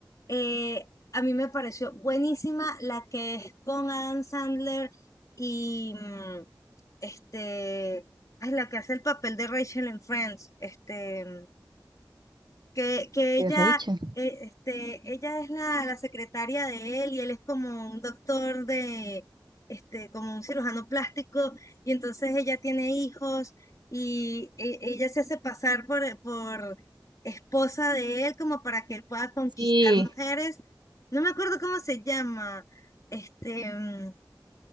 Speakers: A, on the left (about 45°); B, on the right (about 65°).
A: eh, a mí me pareció buenísima la que es con Adam Sandler y mm, este, es la que hace el papel de Rachel en Friends, este, que, que
B: de
A: ella,
B: Rachel.
A: eh, este, ella es la, la secretaria de él y él es como un doctor de, este, como un cirujano plástico y entonces ella tiene hijos y e- ella se hace pasar por, por esposa de él como para que él pueda conquistar
B: Sí,
A: mujeres. No me acuerdo cómo se llama, este, mm,